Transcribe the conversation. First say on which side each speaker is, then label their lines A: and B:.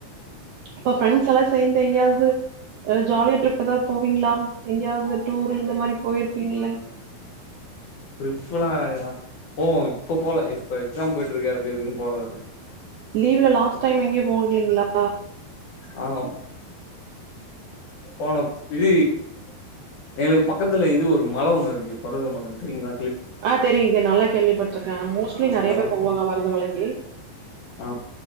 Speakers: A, on the right; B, on the left.
A: இப்ப பிரெண்ட்ஸ் எல்லா சேந்து எங்யாவ்து அ ஜாலியா ட்ரிப் எதா போவீங்ளா எங்யாவ்து டூரு இந்த மாரி போயிர்ப்பீங்குள
B: ட்ரிப்புலாயா போவோ இப்போ போல இப்ப எக்ஸாம் போய்ட்ருக்கு அது இதுன் போறதா இல்ல
A: லீவ்ல லாஸ்ட் டைம் எங்கியு போகலீங்ளா
B: ஆ போன இ எங்களுக்கு பக்கத்துல இது ஒரு மல ஒன்னு இருக்கு பருத மலன் தெரீங்ளா
A: ஆ தெரிய்ங்க நல்லா கேள்விப்பட்ருக்க மோஸ்ட்லி
B: அங்கதா
A: நெறைய பேர் போவாங்க
B: போனோ
A: மருத மலைக்கி
B: ஆ